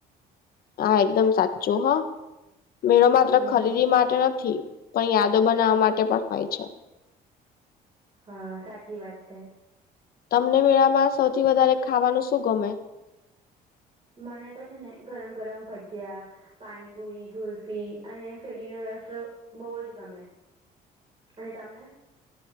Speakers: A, on the left; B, on the right.
A: હા એકદમ સાચું હો મેળો માત્ર
B: હમ
A: ખરીદી માટે ન થી પણ યાદો બનાવવા માટે પણ હોય છે.
B: હા, સાચી વાત છે.
A: તમને મેળામાં સૌથી વધારે ખાવાનું શું ગમે?
B: મને તો છે ને ગરમ ગરમ ભજયા. પાણીપુરી, કુલ્ફી અને શેરડીનો રસ બહુ જ ગમે. અને તમને?